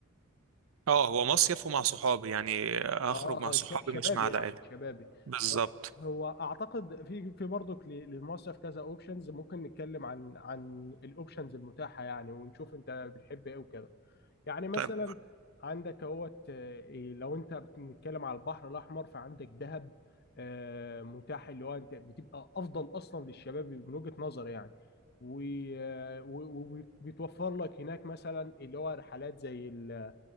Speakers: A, on the right (about 70°); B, on the left (about 45°).
A: اه هو مصيف ومع صحابي يعني هخرج
B: اه
A: مع صحابي
B: آه، ش-
A: مش
B: شبابي
A: مع العائله
B: يعني شبابي
A: بالظبط
B: آه، هو اعتقد في في برضك ل- للمصيف كذا اوبشنز ممكن نتكلم عن عن الاوبشنز المتاحه يعني ونشوف انت بتحب ايه وكده يعني مثلا
A: طيب
B: عندك اهوت آه، إيه، لو انت بنتكلم على البحر الاحمر فعندك دهب آه، متاح اللي هو انت بتبقى افضل اصلا للشباب من وجهة نظر يعني و- آه، و- وبيتوفر لك هناك مثلا اللي هو رحلات زي ال- آه،